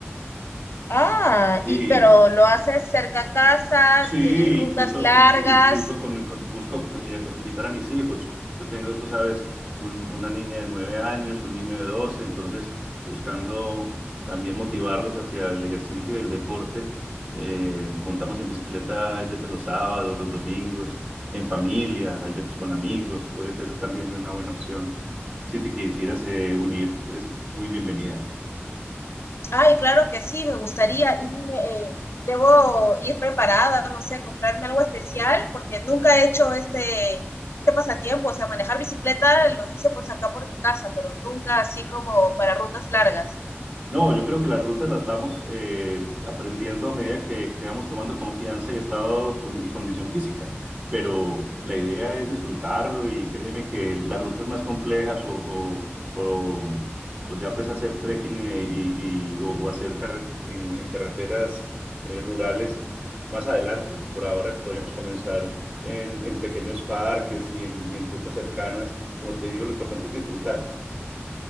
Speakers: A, on the left; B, on the right.
A: Ah,
B: sí,
A: y pero lo haces cerca a casa,
B: Sí,
A: tienes rutas
B: incluso,
A: largas.
B: inclu- incluso con, con- busco eh, invitar a mis hijos. Yo tengo, tú sabes, un- una niña de nueve años, un niño de doce, entonces buscando también motivarlos hacia el ejercicio y el deporte. Eh, montamos en bicicleta, hay veces los sábados, los domingos, en familia, hay veces con amigos, puede ser también una buena opción. Si te quisieras eh, unir, eres muy bienvenida.
A: Ay, claro que sí, me gustaría. Y dime, eh, ¿debo ir preparada, no sé, comprarme algo especial? Porque nunca he hecho este, este pasatiempo, o sea, manejar bicicleta lo hice pues acá por mi casa, pero nunca así como para rutas largas.
B: No, yo creo que las rutas las vamos eh, aprendiendo a medida que, que vamos tomando confianza y estado condi- y condición física. Pero la idea es disfrutarlo y créeme que las rutas más complejas o, o, o- o ya pues hacer trekking eh, y, y- o, o hacer carre- en, en carreteras eh, rurales más adelante. Por ahora podríamos comenzar en, en pequeños parques y en, y en rutas cercanas. Como te digo, lo importante es disfrutar.